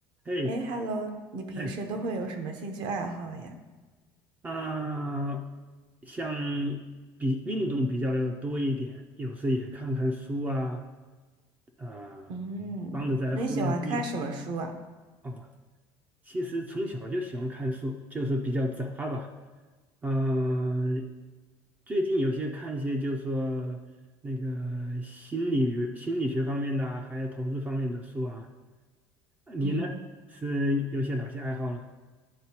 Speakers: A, on the right; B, on the right.
A: 嘿，
B: 哎，Hello，你平时都会有什么兴趣爱好呀？
A: 哎，啊、像比运动比较多一点，有时也看看书啊，呃，
B: 嗯，
A: 帮着在后院种。
B: 那你喜欢看什么书啊？
A: 哦，其实从小就喜欢看书，就是比较杂吧。嗯、呃最近有些看一些，就是说那个心理心理学方面的啊，还有投资方面的书啊。你呢，
B: 嗯
A: 是有些哪些爱好呢？